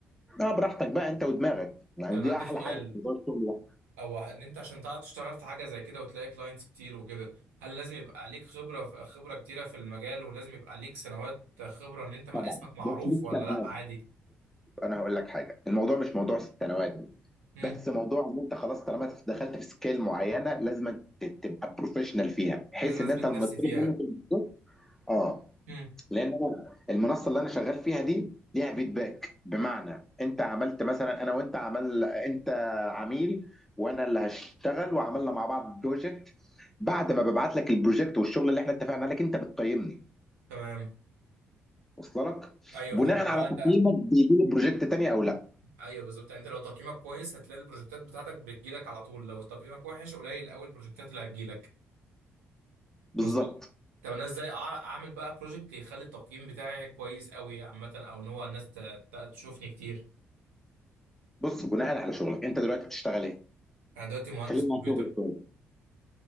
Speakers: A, in the centre; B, on the right.
A: اه براحتك بقى انت ودماغك يعني
B: طب انا
A: دي
B: عندي
A: احلى
B: سؤال
A: حاجه في موضوع الشغل ده
B: او ان انت عشان تعرف تشتغل في حاجه زي كده وتلاقي كلاينتس كتير وكده هل لازم يبقى عليك خبره في خبره كتيره في المجال ولازم يبقى عليك سنوات خبره ان انت ما
A: طبعا
B: اسمك معروف
A: بص مش
B: ولا
A: سنوات
B: لا عادي
A: انا هقول لك حاجه الموضوع مش موضوع سنوات
B: هم.
A: بس موضوع ان انت خلاص طالما دخلت في سكيل معينه لازم ت- تبقى بروفيشنال فيها بحيث
B: لازم اثبت
A: ان انت لما
B: نفسي
A: تطلب
B: فيها
A: منك الفيدباك اه
B: هم.
A: لان انا المنصه اللي انا شغال فيها دي ليها فيدباك بمعنى انت عملت مثلا انا وانت عمل انت عميل وانا اللي هشتغل وعملنا مع بعض بروجكت بعد ما ببعت لك البروجكت والشغل اللي احنا اتفقنا عليك انت بتقيمني
B: تمام
A: وصل لك
B: ايوه
A: بناء
B: فهمت اللي
A: على
B: هو انت
A: تقييمك بيجي لي بروجكت تاني او لا
B: ايوه بالظبط يعني انت لو تقييمك كويس هتلاقي البروجكتات بتاعتك بتجيلك على طول لو تقييمك وحش قليل قوي البروجكتات اللي هتجيلك
A: بالظبط
B: مظبوط طب انا ازاي أع- اعمل بقى بروجكت يخلي التقييم بتاعي كويس قوي عامه او ان هو الناس ت- ت- تشوفني كتير
A: بص بناء على شغلك انت دلوقتي بتشتغل ايه؟
B: انا دلوقتي مهندس
A: كلمنا
B: كمبيوتر
A: عن شغلك